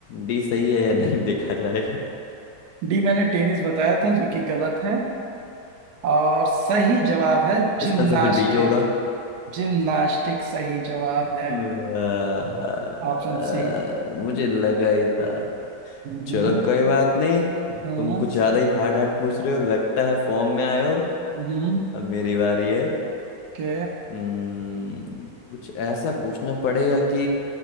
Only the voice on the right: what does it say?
डी मैंने टेनिस बताया था जो कि गलत है और सही जवाब है जिम्नास्टिक
जिम्नास्टिक सही जवाब
है Option C
हम्म
हम्म
हम्म
के